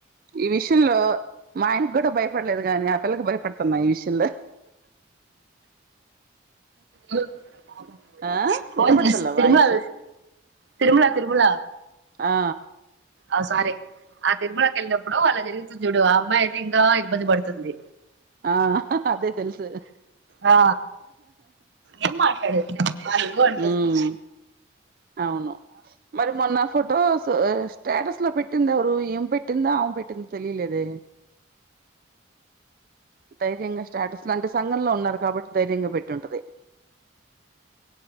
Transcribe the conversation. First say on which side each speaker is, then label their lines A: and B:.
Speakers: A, on the right; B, on the right.
A: ఈ విషయంలో మా ఆయనకు కూడా భయపడలేదు కాని అ పిల్లకి భయపడతున్న ఈ విషయంలో
B: ఏమనుకుంటాడో పాపం.
A: ఆ
B: ఫోన్
A: వినబడతలా
B: చేసి తిరుమల
A: వాయిస్
B: తిరుమల తిరుమల
A: ఆ
B: ఆ సరే ఆ తిరుమలకి ఎళ్ళినప్పుడు అలా జరిగి చూడు ఆ అమ్మాయి అయితే ఇంకా ఇబ్బంది పడుతుంది.
A: ఆ అదే తెలుసు
B: ఆ ఏం మాట్లాడారు చెప్ అడుగు అంటుంది.
A: ఉమ్ అవును మరి మొన్న ఫోటోస్ స్టేటస్ లో పెట్టి పెట్టిందెవరు ఈమె పెట్టిందా ఆమె పెట్టిందా తెలిలేదె. ధైర్యంగా స్టాటస్ లాంటి సంఘంలో ఉన్నారు కాబట్టి ధైర్యంగా పెట్టి ఉంటది.